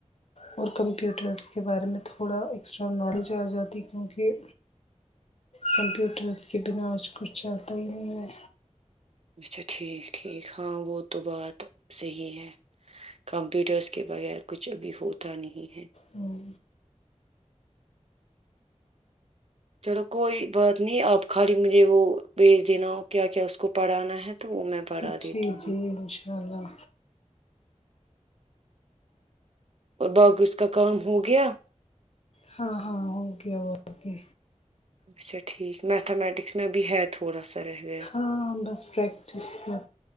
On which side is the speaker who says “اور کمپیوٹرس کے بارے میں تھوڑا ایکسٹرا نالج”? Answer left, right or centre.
Left